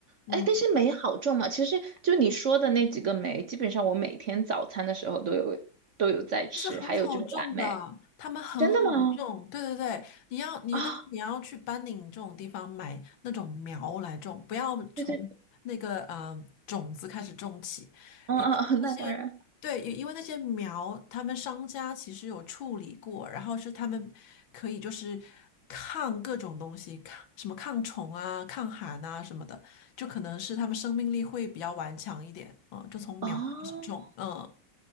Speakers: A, on the left (about 80°); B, on the right (about 50°).
A: 嗯。
B: 哎，但是酶好种吗？其实就你说的那几个酶，基本上我每天早餐的时候都有都有在吃，
A: 是很好种的，
B: 还有就是蓝莓。
A: 他们很好种。
B: 真的吗？
A: 对对对，你要你，
B: 啊、
A: 但是你要去班宁这种地方买那种苗来种，不要从那个嗯种子开始种起。
B: 对对，嗯嗯嗯，
A: 尤其那些对，
B: 那当然。
A: 因因为那些苗，他们商家其实有处理过，然后是他们可以就是抗各种东西，抗什么抗虫啊、抗寒啊什么的，就可能是他们生命力会比较顽强一点。嗯，就从苗开始种。
B: 哦
A: 嗯，